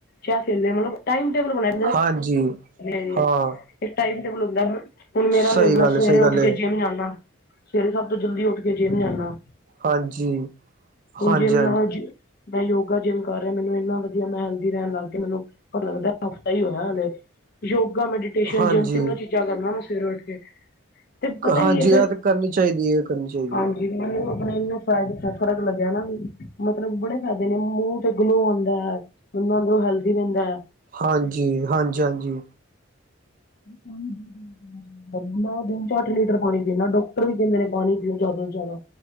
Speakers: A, on the left; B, on the right.
A: ਚਾਹੇ ਖੇਲੇ ਟਾਈਮ ਮੈਨੇਜਮੈਂਟ ਮਤਲਬ ਟਾਈਮ ਟੇਬਲ ਬਣਿਆ
B: ਹਾਂਜੀ
A: ਹੋਵੇ।
B: ਹਾਂ
A: ੇ ਇੱਕ ਟਾਈਮ ਟੇਬਲ ਹੁੰਦਾ ਹੁਣ ਮੇਰਾ
B: ਸਹੀ
A: ਵੇਖ ਲਓ
B: ਗੱਲ
A: ਮੈਂ ਸਵੇਰੇ
B: ਹੈ ਸਹੀ
A: ਉੱਠ
B: ਗੱਲ
A: ਕੇ
B: ਹੈ
A: ਜਿੰਮ ਜਾਂਦਾ। ਸਵੇਰੇ ਸਬ ਤੋਂ ਜਲਦੀ ਉੱਠ ਕੇ ਜਿਮ ਜਾਂਦਾ।
B: ਹਾਂਜੀ।
A: ਹੁਣ
B: ਹਾਂਜੀ
A: ਜਿੰਮ ਨਾ ਜੀ ਮੈਂ ਯੋਗਾ ਜਿੰਮ ਕਰ ਰਿਹਾ ਮੈਨੂੰ ਇੰਨਾ ਵਧੀਆ ਮੈਂ ਹੈਲਦੀ ਰਹਿ ਲਗ ਗਿਆ ਮੈਨੂੰ ਪਤਾ ਲੱਗਦਾ। ਹਫ਼ਤਾ ਹੀ ਹੋਇਆ ਹਾਲੇ ਯੋਗਾ, ਮੈਡੀਟੇਸ਼ਨ,
B: ਹਾਂਜੀ
A: ਜਿੰਮ ਤਿੰਨੋ
B: ਹਾਂਜੀ
A: ਚੀਜ਼ਾਂ ਕਰਨਾ ਮੈਂ ਸਵੇਰੇ ਉੱਠ ਕੇ। ਤੇ ਪਤਾ
B: ਹਾਂਜੀ
A: ਕੀ ਹੈ ਫਿਰ
B: ਇਹ ਤਾਂ ਕਰਨੀ ਚਾਹੀਦੀ ਹੈ ਕਰਨੀ ਚਾਹੀਦੀ
A: ਹਾਂਜੀ
B: ਹੈ
A: ਮਨੂੰ ਆਪਣਾ ਇਹਨੂੰ ਫਾਇਦਾ। ਫ਼ਰਕ ਲੱਗਿਆ ਨਾ ਵੀ ਮਤਲਬ ਬੜੇ ਫਾਇਦੇ ਨੇ ਮੂੰਹ। ਗਲੋਂ ਆਂਦਾ ਐ, ਉਹਲੋਂ ਹੈਲਦੀ ਰਹਿੰਦਾ ਐ।
B: ਹਾਂਜੀ, ਹਾਂਜੀ ਹਾਂਜੀ।
A: ਮੈਂ ਦਿਨ ਚ ਅੱਠ ਲੀਟਰ ਪਾਣੀ ਪੀਨਾ। ਡਾਕਟਰ ਵੀ ਕਹਿੰਦੇ ਨੇ ਪਾਣੀ ਪੀਓ ਜਿਆਦਾ ਤੋਂ ਜਿਆਦਾ